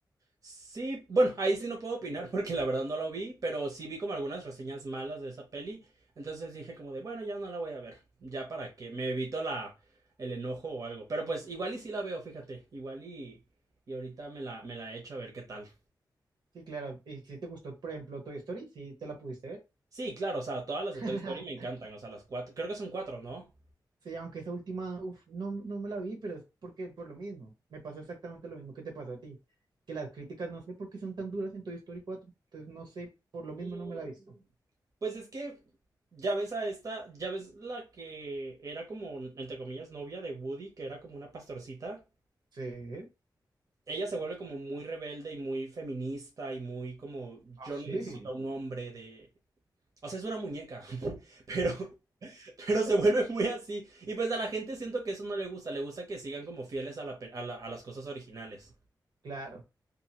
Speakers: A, on the right (about 50°); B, on the right (about 75°).
A: Sí, bueno, ahí sí no puedo opinar porque la verdad no la vi, pero sí vi como algunas reseñas malas de esa peli, entonces dije como de, bueno, ya no la voy a ver, ya para que me evito la, el enojo o algo, pero pues igual y sí la veo, fíjate, igual y, y ahorita me la, me la echo a ver qué tal.
B: Sí, claro. Y si te gustó, por ejemplo, Toy Story, sí te la pudiste ver.
A: Sí, claro, o sea, todas las
B: <laughs>
A: de Toy Story me encantan, o sea, las cuatro, creo que son cuatro, ¿no?
B: Sí, aunque esa última, uf, no, no me la vi, pero es porque por lo mismo. Me pasó exactamente lo mismo que te pasó a ti. Que las críticas no sé por qué son tan duras en Toy Story 4. Entonces no sé, por
A: Mm,
B: lo mismo no me la he visto.
A: Pues es que ya ves a esta, ya ves la que era como, entre comillas, novia de Woody, que era como una pastorcita.
B: Sí.
A: Ella se vuelve como muy rebelde y muy feminista y muy como,
B: Ah,
A: yo
B: sí.
A: no necesito a un hombre de... O sea, es una muñeca, <laughs> pero, pero se vuelve muy así. Y pues a la gente siento que eso no le gusta, le gusta que sigan como fieles a la, pe- a la- a las cosas originales.
B: Claro.